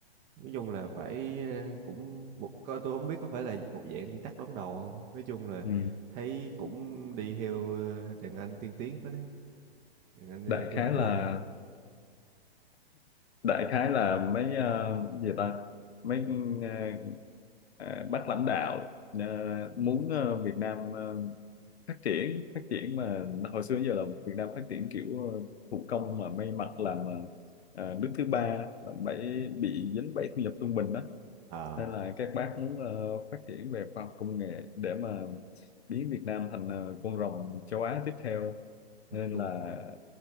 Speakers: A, on the right; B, on the left.
A: nói chung là phải ờ, cũng một có tôi không biết có phải là một dạng đi tắt đón đầu không? Nói chung là
B: Ừ.
A: thấy cũng đi theo ờ, đàn anh tiên tiến phết đấy, đàn anh ờ,
B: Đại
A: Trung
B: khái
A: Cổ
B: là
A: hả?
B: đại khái là mấy ờ, gì ta mấy ờ, ờ, bác lãnh đạo ờ, muốn ờ, Việt Nam ờ, phát triển phát triển mà hồi xưa giờ là Việt Nam phát triển kiểu ờ, thủ công mà may mặc làm ờ, nước thứ ba làm bẫy bị dính bẫy thu nhập trung bình đó
A: Ờ.
B: nên là các bác muốn ờ, phát triển về khoa học công nghệ để mà biến Việt Nam thành ờ, con rồng châu Á tiếp theo nên
A: Cùng
B: là